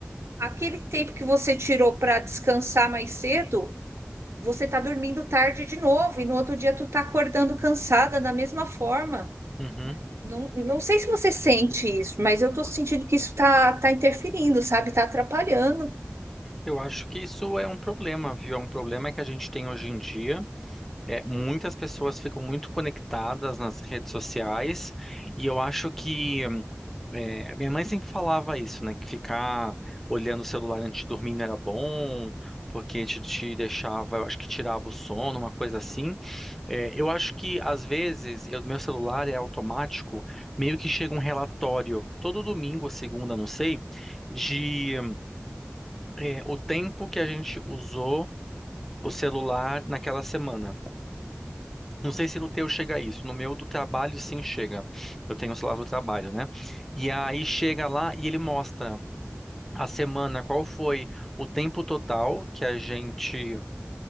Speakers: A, on the right; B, in the centre.
A: aquele tempo que você tirou para descansar mais cedo, você tá dormindo tarde de novo e no outro dia tu tá acordando cansada da mesma forma.
B: Uhum.
A: Não, não sei se você sente isso, mas eu tô sentindo que isso tá, tá interferindo, sabe? Tá atrapalhando.
B: Eu acho que isso é um problema, viu? É um problema que a gente tem hoje em dia. É, muitas pessoas ficam muito conectadas nas redes sociais e eu acho que é, minha mãe sempre falava isso, né? Que ficar olhando o celular antes de dormir não era bom, porque te, te deixava, eu acho que tirava o sono, uma coisa assim. É, eu acho que às vezes eu- meu celular é automático, meio que chega um relatório todo domingo ou segunda, não sei, de é, o tempo que a gente usou o celular naquela semana. Não sei se no teu chega isso, no meu do trabalho sim chega. Eu tenho o celular do trabalho, né? E aí chega lá e ele mostra a semana qual foi o tempo total que a gente